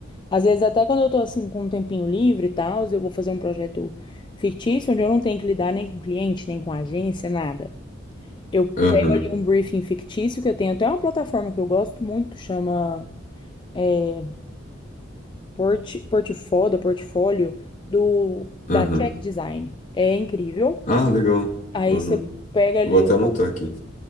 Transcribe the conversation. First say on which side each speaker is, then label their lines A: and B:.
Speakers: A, on the left; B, on the left.
A: Às vezes, até quando eu tô assim com um tempinho livre e tal, eu vou fazer um projeto fictício onde eu não tenho que lidar nem com cliente, nem com agência, nada. Eu
B: Aham,
A: pego ali um briefing fictício que eu tenho até uma plataforma que eu gosto muito, chama é, Port, Portifoda, Portfólio, do,
B: aham.
A: da Check Design. É incrível.
B: Ah, legal.
A: Aí
B: Aham.
A: você pega ali
B: Vou até anotar
A: o,
B: aqui.